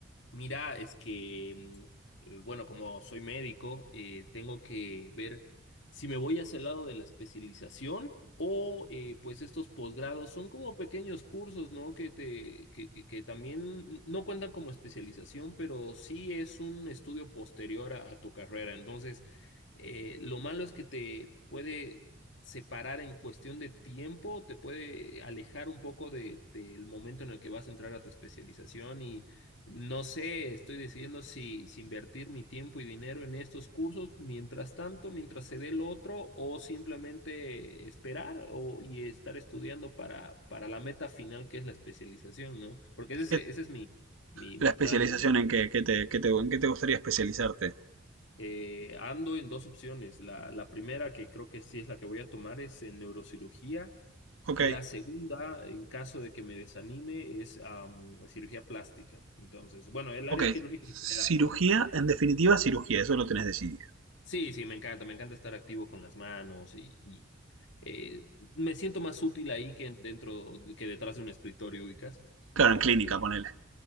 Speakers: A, on the left; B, on the right.
A: Mira, es que, mm, eh, bueno, como soy médico, eh, tengo que ver si me voy hacia el lado de la especialización o eh, pues estos posgrados son como pequeños cursos, ¿no? Que te, que, que, que también no cuentan como especialización, pero sí es un estudio posterior a, a tu carrera. Entonces, eh, lo malo es que te puede separar en cuestión de tiempo, te puede alejar un poco de, del momento en el que vas a entrar a tu especialización y no sé, estoy decidiendo si, si invertir mi tiempo y dinero en estos cursos mientras tanto, mientras se dé el otro, o simplemente esperar o, y estar estudiando para, para la meta final que es la especialización, ¿no? Porque ese, es-
B: ¿Qué-
A: ese es mi, mi,
B: la
A: mi
B: especialización
A: plan.
B: en qué, qué te, qué te- en qué te gustaría especializarte?
A: Eh, ando en dos opciones. La, la primera, que creo que sí es la que voy a tomar, es en neurocirugía.
B: Ok,
A: Y la segunda, en caso de que me desanime, es am, cirugía plástica. Entonces, bueno, el
B: ok.
A: área quirúrgica
B: Cirugía,
A: en general, ¿no?
B: en definitiva, cirugía, eso lo tenés decidido.
A: Sí, sí, me encanta, me encanta estar activo con las manos y, y, eh, me siento más útil ahí que dentro, que detrás de un escritorio, ubicas.
B: Claro,
A: Entonces,
B: en clínica, ponele.